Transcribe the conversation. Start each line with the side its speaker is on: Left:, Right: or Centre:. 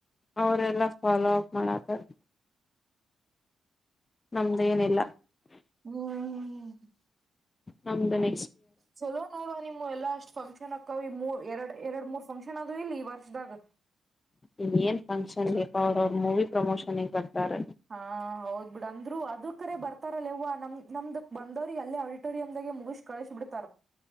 Left: ಅವರೆಲ್ಲ ಫಾಲೋ ಅಪ್ ಮಾಡತ್ತಾರೆ ನಮ್ದೇಏನೆಲ್ಲ
Right: ಹ್ಮ್ಮ್ಮ
Left: ನಮ್ದನೆ
Right: ಚಲೋ ನೋಡ ಆವಾ ನಿಮ್ಮ ಎಲ್ಲಾ ಅಷ್ಟ್ ಫಂಕ್ಷನ್ ಅಕ್ಕ ಈ ಮೂ ಎರಡ್ ಎರಡ್ ಮೂರ್ ಫಂಕ್ಷನ್ ಅದು ಇಲ್ಲಿ ಈ ವರ್ಷದಾಗ
Left: ಇನ್ ಏನ್ ಫಂಕ್ಷನ್ ಅವ್ರ ಅವ್ರ ಮೂವಿ ಪ್ರಮೋಷನ್ಗೆ ಬರ್ತಾರೆ
Right: ಹಾ ಹೌದ್ ಬಿಡ್ ಅಂದ್ರು ಅದ ಕರೆ ಬರ್ತಾರಲ್ಲವ್ವು ನಮ್ ನಮ್ದು ಬಂದವ್ರಿಗೆ ಅಲ್ಲೇ ಆಡಿಟೋರಿಯ್ಗ ಮುಗಿಸ ಕಳಿಸಿ ಬಿಡ್ತಾರ